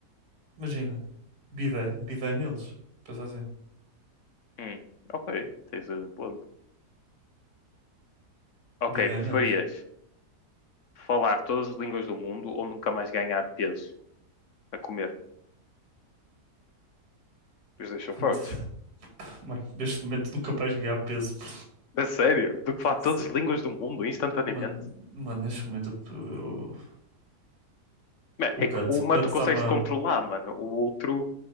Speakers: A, on the right (about 70°); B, on the left (about 55°).
A: Imagina. Bidé. Bidé neles. Pensa assim.
B: Hum, ok, tens um ponto. Ok,
A: Bidé neles.
B: preferias falar todas as línguas do mundo ou nunca mais ganhar peso a comer? Os dois são fortes.
A: Mano, <laughs> mano, neste momento nunca vais ganhar peso. <laughs>
B: A sério? Do que falar
A: Sim.
B: todas as línguas do mundo instantaneamente?
A: Mano, mano, neste momento eu- eu- o
B: É
A: cut,
B: que uma
A: o cut
B: tu
A: está-me
B: consegues
A: a.
B: controlar, mano. O outro.